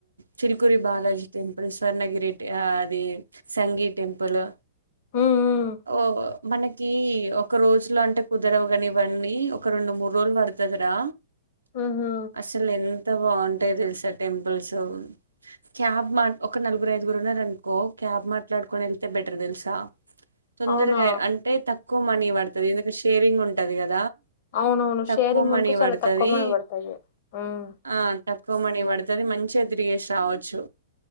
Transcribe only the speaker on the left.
హ్మ్. హ్మ్.
హుహు.
అవునా?
అవునవును
షేరింగ్
ఉంటే చాలా
తక్కువ మనీ పడతది హ్మ్